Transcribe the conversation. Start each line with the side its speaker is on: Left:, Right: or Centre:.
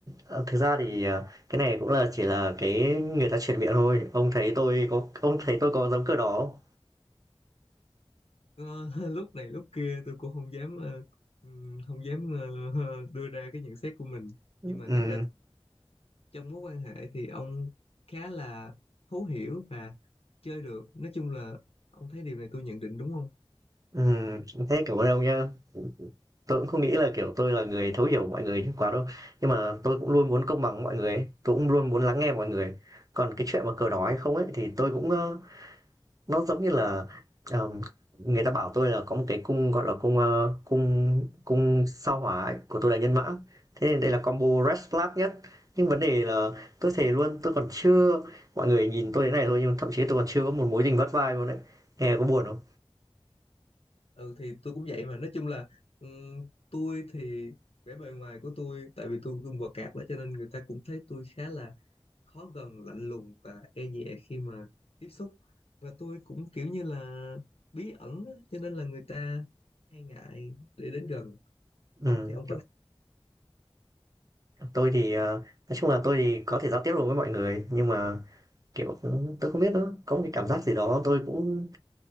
Right: Ờ, thực ra thì, ờ, cái này cũng là chỉ là cái người ta truyền miệng thôi. Ông thấy tôi có ông thấy tôi có giống kiểu đó không?
Left: Ờ, <laughs> lúc này lúc kia tôi cũng không dám ờ, ừm, không dám ờ, <laughs> đưa ra cái nhận xét của mình
Right: Ừ.
Left: nhưng mà
Right: Ừm,
Left: thiệt ra trong mối quan hệ thì ông khá là thấu hiểu và chơi được nói chung là ông thấy điều này tôi nhận định đúng không?
Right: ừm, thế cảm ơn ông nhá. Tôi cũng không nghĩ là, kiểu, tôi là người thấu hiểu mọi người quá đâu. Nhưng mà tôi cũng luôn muốn công bằng với mọi người ấy, tôi cũng luôn muốn lắng nghe mọi người. Còn cái chuyện mà cờ đỏ hay không ấy, thì tôi cũng, ơ nó giống như là ờm, người ta bảo tôi là có một cái cung gọi là cung ờ, cung cung sao hỏa ấy, của tôi là nhân mã thế nên đây là combo red flag nhất nhưng vấn đề là tôi thề luôn tôi còn chưa mọi người nhìn tôi thế này thôi nhưng thậm chí tôi còn chưa có một mối tình vắt vai luôn đấy nghe có buồn không
Left: ừ thì tôi cũng vậy mà nói chung là ừm, tôi thì vẻ bề ngoài của tôi tại vì tôi gương quạt cạp đó cho nên người ta cũng thấy tôi khá là khó gần lạnh lùng và e dè khi mà tiếp xúc và tôi cũng kiểu như là bí ẩn á, cho nên là người ta hay ngại để đến gần
Right: ừ,
Left: ông thì ông có ngại
Right: tôi thì ờ, nói chung là tôi thì có thể giao tiếp được với mọi người nhưng mà kiểu tôi không biết nữa có một cái cảm giác gì đó tôi cũng